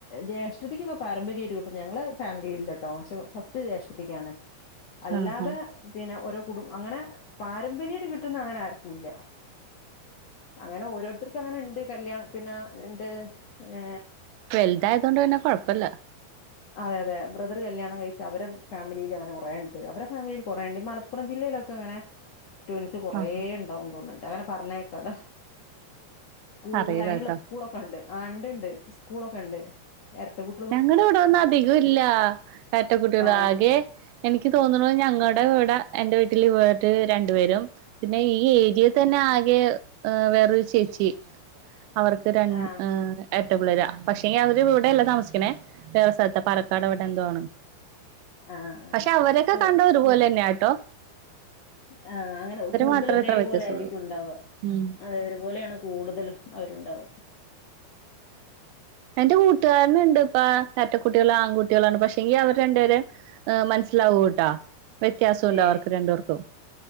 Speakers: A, on the left; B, on the right.
A: ജ്യേഷ്ഠത്തിക്കൊക്കെ പാരമ്പര്യായ്ട്ട് കിട്ട് ഞങ്ങ്ളെ ഫാമിലിലില്ലട്ടോ പക്ഷെ ഫസ്റ്റ് ജേഷ്ഠത്തിക്കാണ് അല്ലാതെ
B: ആഹ് ആഹ്
A: പിന്നെ ഒര് കുടു അങ്ങനെ പാരമ്പര്യായിട്ട് കിട്ടുന്ന അങ്ങനെ ആര്ക്കുല്ല്യ അങ്ങനെ ഓരോരുത്തർക്ക് അങ്ങനെണ്ട് കല്യാണ പിന്നെ ണ്ട് ഏ
B: വൽതായതോണ്ട് പിന്നെ കൊഴ്പ്പല്ല
A: അതെ അതെ ബ്രദർ കല്യാണം കഴിക്ക അവരെ ഫാമിലിയില് അങ്ങനെ കൊറേണ്ട് അവരെ ഫാമിലിൽ കുറേണ്ട് മലപ്പുറം ജില്ലയിലൊക്കെങ്ങനെ ട്വിൻസ് കൊറേ
B: ആഹ്
A: ണ്ടാവും തോന്ന്ണ്ട് അങ്ങനെ പർഞ്ഞേക്കാലോ കൂടുത
B: അറിയില്ല
A: അയിന്ള്ള
B: കേട്ടോ
A: സ്കൂളൊക്കെണ്ട് ആണ്ട്ണ്ട് സ്കൂളൊക്കെണ്ട് എരട്ട കു
B: ഞങ്ങട വ്ടെ ഒന്ന് അധികോം ല്ല്യാ എര്ട്ട കുട്ട്യള്
A: ആ
B: ആകെ ഏ എനിക്ക് തോന്ന്ണത് ഞങ്ങടെ വ്ടെ എന്റെ വീട്ടില് വീട്ട്ല് രണ്ടുപേരും പിന്നെ ഈ ഏരിയയിൽ തന്നെ ആകെ വേറൊരു ചേച്ചി അവർ ഇത് രണ്ട്
A: ആ
B: എ എര്ട്ട പിള്ളെരാ പക്ഷെങ്കി അവര് ഇവിടെയല്ല താമസി ക്ണെ വേറെ സ്ഥൽത്ത പാലക്കാടവ്ടെ എന്തോ ആണ്
A: ആ ആ
B: പക്ഷെ അവരൊക്കെ
A: ഇത്,
B: കണ്ട ഒരു പോലെന്നെട്ടോ
A: ആ അങ്ങനെ കൂടുതല്
B: മാത്രേ
A: ഒരേ
B: ഇത്ര വ്യത്യാസൊള്ളൂ
A: പോലെ ആയിരിക്കും ഉണ്ടാവ
B: ഉം
A: അതെ ഒരുപോലെയാണ് കൂട്തലും അവരുണ്ടാവ
B: എന്റെ കൂട്ടുകാര്ന്ണ്ട് പ്പാ എര്ട്ടക്കുട്ട്യാള് ആൺകുട്ടിളാണ് പക്ഷെങ്കി അവര് രണ്ടുപേരെ ഏ മൻസ്സ്ലാവൂട്ടാ വ്യത്യാസണ്ട്
A: ഏ
B: അവർക്ക് രണ്ട് പേർക്കും